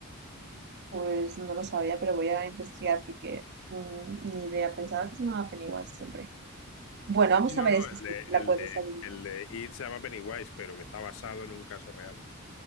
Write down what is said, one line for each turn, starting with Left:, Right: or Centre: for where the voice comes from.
Right: Pues no lo sabía, pero voy a investigar porque mm, ni idea. Pensaba que se llamaba Pennywise siempre. Bueno, vamos
Left: Y no,
Right: a ver
Left: no,
Right: esta,
Left: el
Right: si
Left: de,
Right: la
Left: el
Right: puedes
Left: de,
Right: adivinar.
Left: el de It se llama Pennywise, pero que está basado en un caso real.